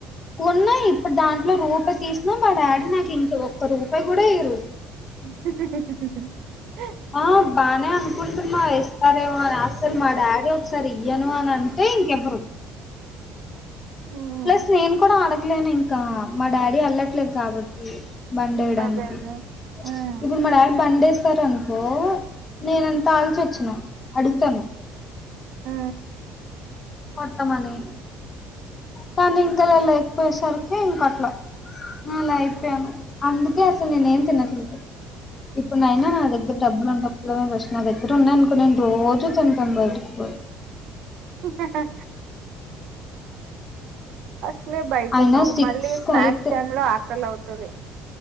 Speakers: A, on the left; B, on the right.
A: ఉన్నాయి ఇప్పుడు దాంట్లో రూపాయి తీసినా మా డాడీ నాకు ఇంక ఒక్క రూపాయి కూడా ఇవ్వరు
B: హ హ హ
A: ఆ బానే అనుకుంటున్నా ఇస్తారేమో అని అస్సలు మా డాడీ ఒకసారి ఇయ్యను అని అంటే టే ఇంక ఇవ్వరు
B: హ్మ్.
A: ప్లస్ నేను కూడా అడగలేను ఇంకా మా డాడీ వెళ్లట్లేదు కాబట్టి బండేడానికి
B: అదే అదే. హ్మ్.
A: ఇప్పుడు మ డాడ బండేస్ సార్ అనుకో నేనంతా ఆల్చి వచ్చిన అడుగుతాను
B: ఆ
A: వర్తమాన్ని కానీ ఇంకాల లేకపోయేసరికి ఇంక అట్లా అలా అయిపోయాను అందుకే అసాల్ నేనే ఏం తినట్లేదు ఇప్పుడునైనా నా దగ్గర డబ్బులుండవ్ ఇప్పుడే ఫస్ట్ నా దగ్గర ఉన్నాయ్అనుకో నేను రోజు తింటాను బైటిక్పోయి
B: హ హ అస్సలే బయట
A: అయినా
B: ఉన్నావు మళ్ళీ స్నాక్స్
A: కయితే
B: టైమ్ లో ఆకలి అవుతది